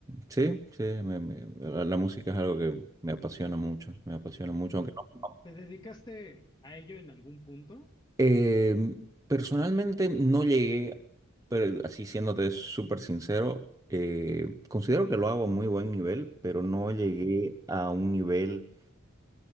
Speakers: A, on the right (about 15°); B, on the left (about 20°).
A: sí, sí, me- me- la, la música es algo que me apasiona mucho, me apasiona mucho, aunque no.
B: ¿Te dedicaste a ello en algún punto?
A: Eh, personalmente no llegué, pero así siéndote súper sincero, eh, considero que lo hago a muy buen nivel, pero no llegué a
B: Ajá,
A: un nivel